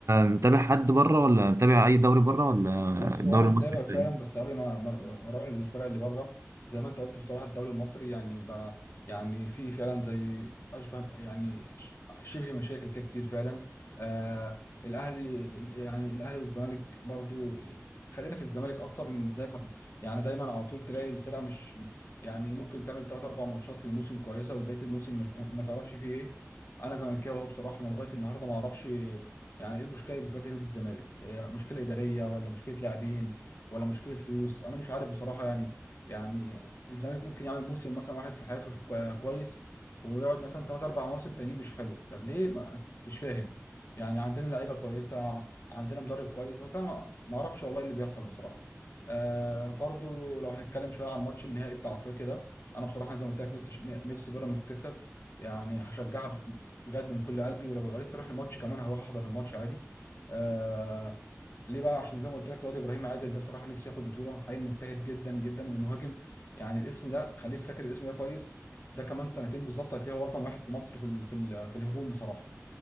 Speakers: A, on the right (about 60°); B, on the left (about 50°).
A: متابع حد بره ولا متابع أي دوري بره ولا
B: بص
A: الدوري
B: هو انا متابع
A: المصري
B: فعلا
A: كده؟
B: بس قبل ما ما- ما اروح للفرق اللي بره زي ما انت قلت بصراحه الدوري المصري يعني بقى يعني في فعلا زي اشبه يعني ش- شبه مشاكل كده كتير فعلا آه الاهلي يعني الاهلي والزمالك برضو خلينا في الزمالك اكتر من زيك ما ت- يعني دايما على طول تلاقي الفرقه مش يعني ممكن تعمل ثلاث اربع ماتشات في الموسم كويسه وبقيه الموسم ما ما تعرفش فيه ايه انا زملكاوي أهو بصراحه انا لغايه النهارده ما اعرفش يعني ايه المشكله اللي بتواجه نادي الزمالك إيه مشكله اداريه ولا مشكله لاعبين ولا مشكله فلوس انا مش عارف بصراحه يعني يعني الزمالك ممكن يعمل موسم مثلا واحد في حياته كو- كويس ويقعد مثلا ثلاث اربع مواسم تانيين مش حلو طب ليه ما مش فاهم يعني عندنا لعيبه كويسه عندنا مدرب كويس بس انا ما ما اعرفش والله اللي بيحصل بصراحه آه برضو لو هنتكلم شويه عن ماتش النهائي بتاع افريقيا ده انا بصراحه زي ما قلت لك نفسي نفسي بيراميدز تكسب يعني هشجعها بجد من كل قلبي ولو عرفت اروح الماتش كمان هروح احضر الماتش عادي آه ليه بقى عشان زي ما قلت لك رياض ابراهيم عادل ده بصراحه نفسي ياخد بطوله عيل مجتهد جدا جدا ومهاجم يعني الاسم ده خليك فاكر الاسم ده كويس ده كمان سنتين بالظبط هتلاقيه هو رقم واحد في مصر في ال في ال في الهجوم بصراحه